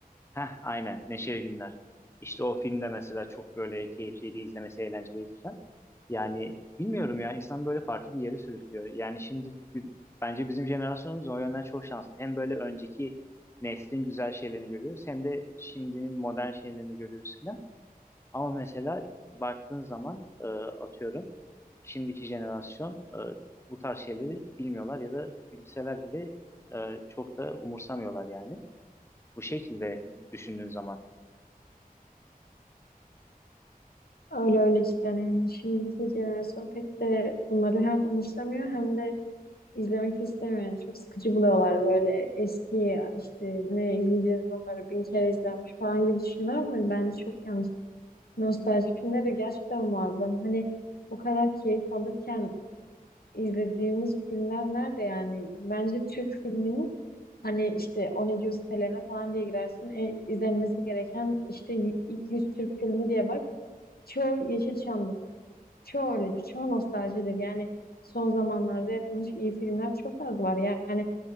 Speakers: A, on the left; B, on the left.
A: Heh, aynen. Neşeli Günler. İşte o filmde mesela çok böyle keyifliydi, izlemesi eğlenceliydi falan. Yani bilmiyorum ya insan böyle farklı bir yere sürüklüyor. Yani şimdi gü- bence bizim jenerasyonumuz o yönden çok şanslı. Hem böyle önceki neslin güzel şeylerini görüyoruz hem de şimdinin modern şeylerini görüyoruz falan. Ama mesela baktığın zaman e, atıyorum şimdiki jenerasyon e, bu tarz şeyleri bilmiyorlar ya da bilseler bile e, çok da umursamıyorlar yani. Bu şekilde düşündüğün zaman.
B: Öyle öyle cidden yani. Şimdiki jenerasyon pek de bunları hem umursamıyor hem de izlemek de istemiyor. Yani çok sıkıcı buluyorlar böyle eski işte ne izleyeceğiz bunları bin kere izlenmiş falan gibi düşünüyorlar ama bence çok yanlış. Nostalji filmleri de gerçekten muazzam. Hani o kadar keyif alırken izlediğimiz filmler nerede yani? Bence Türk filminin hani işte o ne diyor sitelerine falan diye girersin. E, izlenmesi gereken işte y- ilk 100 Türk filmi diye bak. Çoğu Yeşilçam'dır. Çoğu öyledir. Çoğu nostaljidir. Yani son zamanlarda yapılmış iyi filmler çok az var. Yani